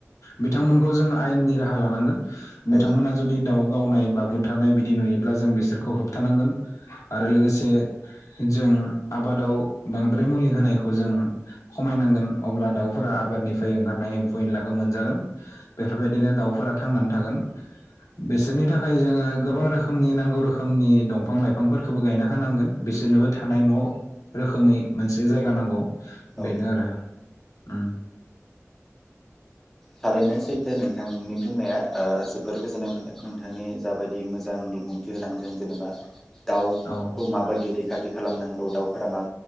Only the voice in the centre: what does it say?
औ
औ
थारैनो सैथो नोंथांनि बुंनाया ओ जोबोर गोजोननाय मोनदों नोंथांनि जाबायदि मोजां बिबुंथि होलांदों जेनेबा। दाउ
खौ माबायदि रैखा खाथि खालामनांगौ दाउफोरा मा